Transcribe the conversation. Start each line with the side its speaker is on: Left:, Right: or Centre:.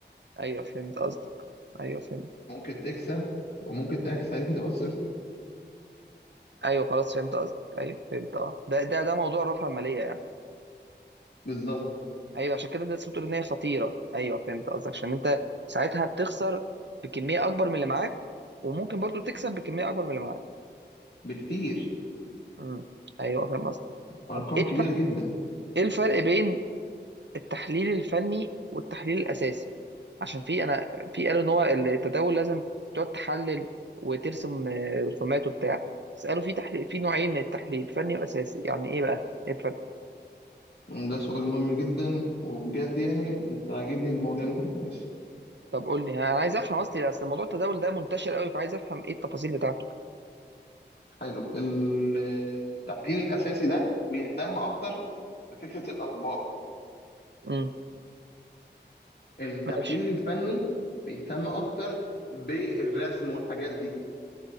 Right: ايوه فهمت قصدك ايوه فهمت
Left: ممكن تكسب وممكن تعكس عليك وتبقى خسرت
Right: ايوه خلاص فهمت قصدك ايوه فهمت اه ده ده ده موضوع رفع ماليه يعني
Left: بالظبط
Right: ايوه عشان كده الناس بتقول ان هي خطيره ايوه فهمت قصدك عشان انت ساعتها بتخسر بكميه اكبر من اللي معاك وممكن برضو تكسب بكميه اكبر من اللي معاك
Left: بكتير
Right: امم ايوه فاهم قصدك
Left: ارقام
Right: طب ايه
Left: كبيره
Right: الفرق
Left: جدا
Right: ايه الفرق بين التحليل الفني والتحليل الاساسي عشان في انا في قالوا ان هو التداول لازم تقعد تحلل وترسم آه، رسومات وبتاع بس قالوا في تحليل في نوعين من التحليل فني واساسي يعني ايه بقى ايه الفرق
Left: ده سؤال مهم جدا وبجد يعني انت عاجبني المواضيع اللي انت بتناقشها
Right: طب قول لي انا عايز افهم اصلي اصل موضوع التداول ده منتشر قوي فعايز افهم ايه التفاصيل بتاعته
Left: حلو التحليل الاساسي ده بيهتم اكتر بفكره الاخبار
Right: امم
Left: التحليل
Right: ماشي
Left: الفني بيهتم اكتر بالرسم والحاجات دي